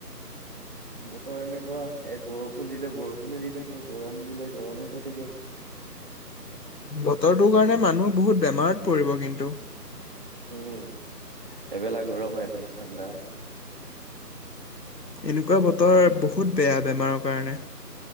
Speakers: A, on the right (about 30°); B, on the left (about 85°).
A: বতৰ এনেকুৱা এ বৰষুণ দিলে বৰষুণে দি থাকে, গৰম দিলে গৰমে হৈ থাকে।
B: বতৰটোৰ কাৰণে মানুহ বহুত বেমাৰত পৰিব কিন্তু।
A: উম এবেলা গৰম এবেলা ঠাণ্ডা।
B: এনেকুৱা বতৰ বহুত বেয়া বেমাৰৰ কাৰণে।